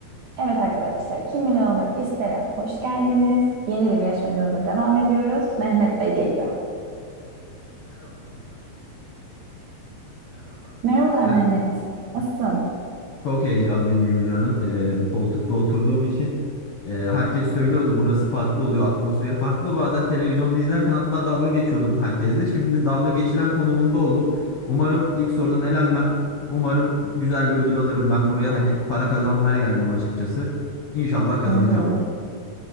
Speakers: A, on the right (about 75°); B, on the left (about 70°).
A: Evet arkadaşlar, Kim Milyon Olmak İster'e hoş geldiniz. Yeni bir yarışmacımıza devam ediyoruz. Mehmet Bey geliyor.
B: Merhaba Gülce Hanım. Merhaba.
A: Merhabalar
B: Ben
A: Mehmet, nasılsın?
B: Çok heyecanlıyım Gülce Hanım. Ee, bu koltukta oturduğum için e, herkes söylüyordu burası farklı oluyor, atmosferi farklı. Bazen televizyonda izlerken hatta dalga geçiyordum herkesle. Şimdi dalga geçilen konumunda oldum. Umarım ilk sorudan elenmem. Umarım güzel bir ödül alırım. Ben buraya hani para kazanmaya geldim açıkçası. İnşallah kazanacağım.
A: Hı hı.